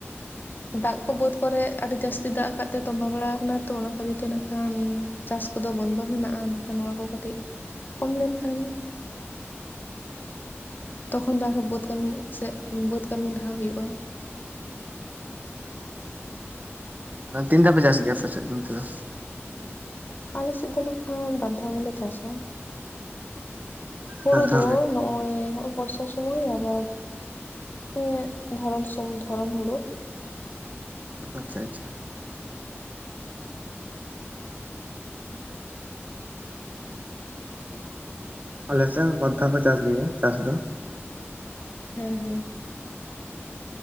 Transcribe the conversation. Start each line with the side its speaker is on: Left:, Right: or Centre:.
Left: ᱫᱟᱜ ᱠᱚ ᱵᱟᱹᱛ ᱠᱚᱨᱮ ᱟᱰᱤ ᱡᱟᱥᱛᱤ ᱫᱟᱜ ᱟᱠᱟᱜ ᱛᱮ ᱛᱚᱸᱵᱟ ᱵᱟᱲᱟᱣ ᱠᱟᱱᱟ ᱛᱚ ᱚᱱᱟ ᱠᱷᱟᱹᱛᱤᱨ ᱛᱮ ᱱᱟᱠᱷᱟᱱᱼᱼ ᱪᱟᱥ ᱠᱚᱫᱚ ᱵᱚᱱᱫᱚ ᱢᱮᱱᱟᱜ-ᱟ ᱱᱟᱠᱷᱟᱱ ᱱᱚᱣᱟ ᱠᱚ ᱠᱟᱹᱴᱤᱡ ᱠᱚᱢ ᱞᱮᱱᱠᱷᱟᱱᱼᱼ ᱛᱚᱠᱷᱚᱱ ᱫᱚ ᱟᱨᱦᱚᱸ ᱵᱟᱹᱛ ᱠᱟᱹᱢᱤ ᱥᱮᱜ ᱵᱟᱹᱛ ᱠᱟᱹᱢᱤ ᱞᱟᱦᱟ ᱦᱩᱭᱩᱜ-ᱟ᱾
Right: ᱟ ᱛᱤᱱ ᱫᱷᱟᱣ ᱯᱮ ᱪᱟᱥ ᱜᱮᱭᱟ ᱟᱯᱮ ᱥᱮᱜ ᱫᱚ ᱚᱱᱛᱮ ᱫᱚ?
Left: ᱟᱞᱮ ᱥᱮᱜ ᱫᱚ ᱱᱟᱠᱷᱟᱱ ᱵᱟᱨ ᱫᱷᱟᱣ ᱜᱮᱞᱮ‌ ᱪᱟᱥᱟ ᱟᱸᱻᱜ ᱦᱩᱲᱩ
Right: ᱵᱟᱨ ᱫᱷᱟᱣ
Left: ᱫᱚ
Right: ᱜᱮ
Left: ᱱᱚᱜᱼᱼ ᱚᱸᱭ ᱱᱚᱜ-ᱚᱭ ᱵᱚᱨᱥᱟ ᱥᱩᱢᱟᱹᱭ ᱟᱵᱟᱨ ᱮᱸᱫ ᱫᱷᱚᱨᱚᱱ ᱥᱚᱢ ᱫᱷᱚᱨᱚᱱ ᱦᱩᱲᱩ᱾
Right: ᱟᱪᱪᱷᱟ ᱟᱪᱷᱟ᱾ ᱟᱞᱮ ᱥᱮᱜ ᱦᱚᱸ ᱵᱟᱨ ᱫᱷᱟᱣ ᱠᱚ ᱪᱟᱥ ᱜᱮᱭᱟ ᱪᱟᱥ ᱫᱚ᱾
Left: ᱦᱮᱸ ᱦᱮᱸ᱾